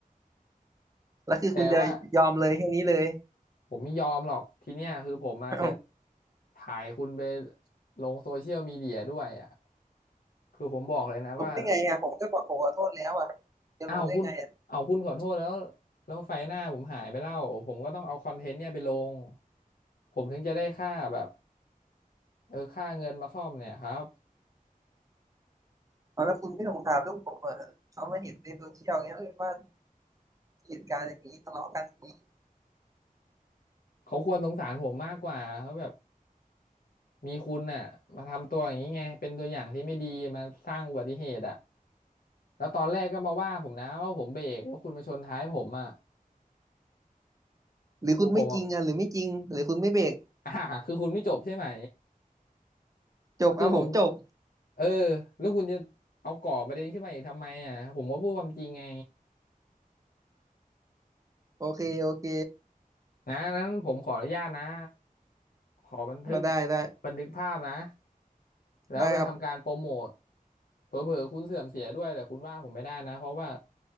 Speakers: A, on the right; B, on the left.
A: แล้วคือคุณจะยอมเลยแค่นี้เลย
B: แต่ว่าผมไม่ยอมหรอกทีเนี้ยคือผมอาจจะ
A: อ้าว
B: ถ่ายคุณไปลงโซเชียลมีเดียด้วยอ่ะคือผมบอกเลยนะว่า
A: ลงได้ไงอ่ะผมก็บอกผมขอโทษแล้วอ่ะจะลงได้ไงอ่ะ
B: อ้าวคุณเอาวคุณขอโทษแล้วแล้วไฟหน้าผมหายไปแล้วผมก็ต้องเอาคอนเทนต์เนี่ยไปลงผมถึงจะได้ค่าแบบเออค่าเงินมาซ่อมเนี่ยครับ
A: เอาแล้วคุณไม่สงสารลูกผมเหรอเขามาเห็นในโซเชียลเงี้ยเออว่าเหตุการณ์อย่างนี้ทะเลาะกันอย่างนี้
B: เขาควรสงสารผมมากกว่าเขาแบบมีคุณน่ะมาทำตัวอย่างนี้ไงเป็นตัวอย่างที่ไม่ดีมาสร้างอุบัติเหตุอ่ะ แล้วตอนแรกก็มาว่าผมนะว่าผมเบรกแล้วาคุณมาชนท้ายผมอ่ะ
A: หรือคุณไม่จริงอ่ะหรือไม่จริงหรือคุณไม่เบรก
B: คือผมอะ <laughs> อ่าคือคุณไม่จบใช่ไหม
A: จบอ่ะผมจบ
B: คือผมก็เออแล้วคุณจะเอาก่อประเด็นขึ้นมาอีกทำไมอ่ะผมก็พูดความจริงไง
A: โอเคโอเค
B: นะนั้นผมขออนุญาตนะขอบันทึก
A: อ่ะได้ได้
B: บันทึกภาพนะแล้วไปทำการโปรโมท
A: ได้ครับ
B: เผลอๆคุณเสื่อมเสียด้วยแต่คุณว่าผมไม่ได้นะเพราะว่า